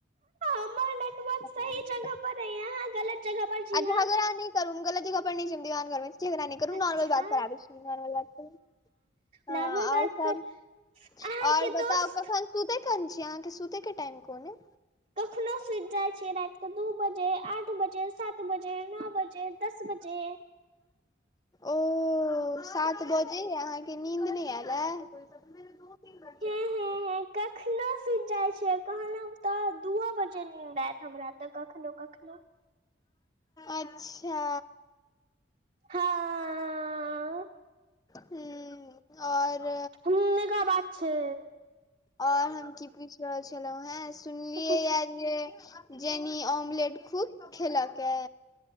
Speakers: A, on the right; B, on the left.
A: हमर नेटवर्क सही
B: नहि
A: जगह पर हैय, अहां गलत जगह पर छी
B: आ झगड़ा
A: ह।
B: नहि करू गलत <unintelligible> खबर नहि जिम दहन करबै झगड़ा नहीं करू,
A: अच्छा
B: नोर्मल बात प आवे छै नॉर्मल बात पर, ह
A: नॉर्मल बात
B: आओर सब
A: पर अहाँके
B: आओर बताउ
A: दोस्त
B: कखन सुते कन छी अहाँके सुते के टाइम कोन हे?
A: कखनो सुति जाय छी रात के दू बजे, आठ बजे, सात बजे नओ, बजे दस बजे
B: ओ सात बजे अहाँके नींद नहि आयल ह? ठीक छै
A: हे
B: <unintelligible>
A: हे कखनो सुति जाइ छिय कहलहु तऽ दूओ बजे नींद आयत हमरा तऽ कखनो कखनो
B: अच्छा
A: हँ
B: ह्म्म और
A: तनेगा बात छै
B: ओर हम की पूछि रहल छलौ हे सुनलियै
A: पूछू
B: यै जे जेनी ऑमलेट खूब खेलके